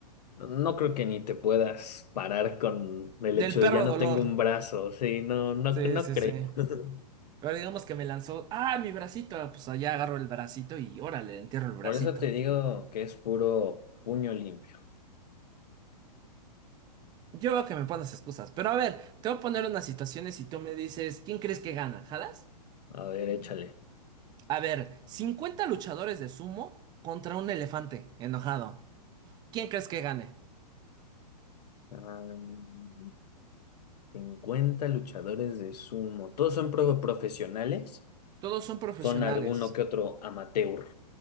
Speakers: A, on the left; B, on the right.
A: No creo que ni te puedas parar con el hecho
B: Del perro
A: de ya no
B: dolor.
A: tengo un brazo, sí, no, no,
B: Sí,
A: no
B: sí,
A: creo.
B: sí.
A: <laughs>
B: Pero digamos que me lanzó, ¡ah, mi bracito! Ah, Pues allá agarro el bracito y órale, le entierro el bracito.
A: Por eso te digo que es puro puño limpio.
B: Yo veo que me pones excusas. Pero a ver, te voy a poner unas situaciones y tú me dices, ¿quién crees que gana? ¿Jalas?
A: A ver, échale.
B: A ver, 50 luchadores de sumo contra un elefante enojado. ¿Quién crees que gane?
A: Ah, 50 luchadores de sumo. ¿Todos son pro- profesionales?
B: Todos son profesionales.
A: ¿Son alguno que otro amateur?